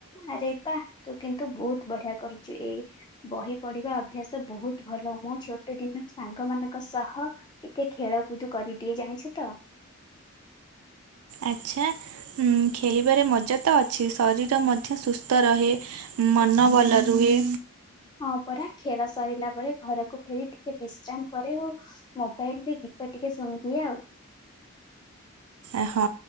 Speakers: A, on the left (about 20°); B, on the right (about 85°).
A: ଆରେ ବାଃ ତୁ କିନ୍ତୁ ବହୁତ୍ ବଢିଆ କରୁଚୁ ଏଇ ବହି ପଢିବା ଅଭ୍ୟାସ ବହୁତ୍ ଭଲ, ମୁଁ ଛୁଟି ଦିନରେ ସାଙ୍ଗ ମାନଙ୍କ ସହ ଟିକେ ଖେଳକୁଦ୍ କରିଦିଏ, ଜାଣିଛୁ ତ?
B: ଆଚ୍ଛା ଖେଳିବାରେ ମଜା ତ ଅଛି, ଶରୀର ମଧ୍ୟ ସୁସ୍ଥ ରହେ। ମନ ଭଲ ରୁହେ।
A: ହଁ ପରା ଖେଳ ସରିଲା ପରେ ଘରକୁ ଫେରି ଟିକେ ବିଶ୍ରାମ କରେ ଓ ମୋବାଇଲ୍ ରେ ଗୀତ ଟିକେ ଶୁଣିଦିଏ ଆଉ।
B: ଏ-ହଁ।